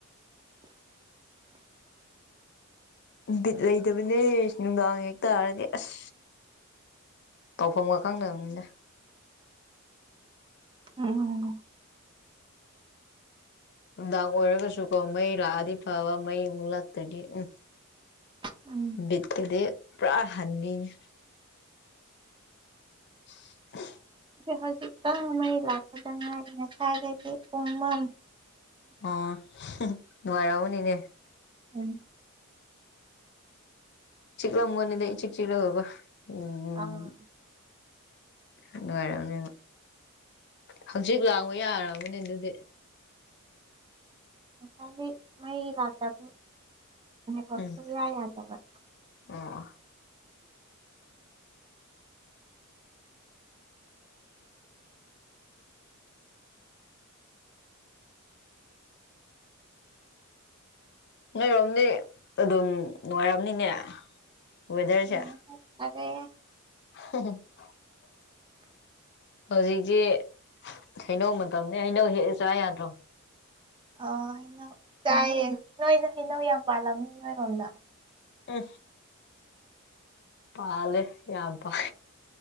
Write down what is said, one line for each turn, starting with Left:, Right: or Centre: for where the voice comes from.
Left: ꯕꯤꯠ ꯂꯩꯇꯕꯅꯦ ꯅꯨꯡꯗꯥꯡ ꯍꯦꯛ ꯇꯥꯔꯗꯤ ꯑꯁ ꯇꯧꯐꯝꯒ ꯈꯪꯗꯕꯅꯤꯅ
Right: ꯎꯝ
Left: ꯅꯨꯡꯗꯥꯡ ꯑꯣꯏꯔꯒꯁꯨꯀꯣ ꯃꯩ ꯂꯥꯛꯑꯗꯤ ꯐꯕ ꯃꯩ ꯑꯃꯨꯛ ꯂꯥꯛꯛꯇꯗꯤ ꯎꯝ
Right: ꯎꯝ
Left: ꯕꯤꯠꯀꯗ ꯄꯨꯔꯥ ꯍꯥꯟꯕꯤꯅꯤ <inaudible> <unintelligible>
Right: ꯍꯧꯖꯤꯛꯛꯇ ꯃꯩ ꯂꯥꯛꯀꯗ ꯉꯥꯏꯔꯤ ꯉꯁꯥꯏꯗꯩꯗꯤ ꯄꯨꯡꯃꯝ
Left: ꯑꯣ ꯅꯉꯥꯏꯔꯕꯨꯅꯤꯅꯦ
Right: ꯎꯝ
Left: ꯆꯤꯛꯂꯝꯒꯅꯤꯗ ꯆꯤꯛ ꯆꯤꯛꯂꯕ ꯎꯝꯝ
Right: ꯑꯥ
Left: ꯅꯨꯡꯉꯔꯅꯦ ꯍꯧꯖꯤꯛ ꯂꯥꯡꯕ ꯌꯥꯔꯕꯅꯦ ꯑꯗꯨꯗꯤ
Right: ꯁ ꯃ ꯂꯥꯛ ꯇ ꯑ ꯄꯨꯁꯨꯕ
Left: ꯎꯝ
Right: ꯌꯥ ꯌꯥꯗꯕ
Left: ꯑꯣ
Right: <unintelligible> <inaudible>
Left: ꯅꯣꯏꯔꯣꯝꯅꯦ ꯑꯗꯨꯝ ꯅꯨꯡꯉꯥꯏꯔꯑꯝꯅꯤꯅꯦ ꯑꯣꯏꯋꯦꯗꯔꯁ
Right: ꯅꯨꯡꯉꯥꯏ ꯐꯔꯦ
Left: <unintelligible> ꯍꯧꯖꯤꯛꯁꯤ ꯍꯩꯅꯧ ꯃꯇꯝꯅꯤꯅꯦ ꯍꯩꯅꯧ ꯍꯦꯛꯑ ꯆꯥ ꯌꯥꯗ꯭ꯔꯣ
Right: ꯑ ꯍꯩꯅ ꯆꯥꯏꯑ ꯅꯣꯏꯅ ꯍꯩꯅꯧ ꯌꯥꯝ ꯄꯥꯜꯂꯝꯅꯤ ꯅꯣꯏꯔꯣꯝꯗ
Left: ꯎ ꯄꯥꯜ ꯌꯥꯄꯥ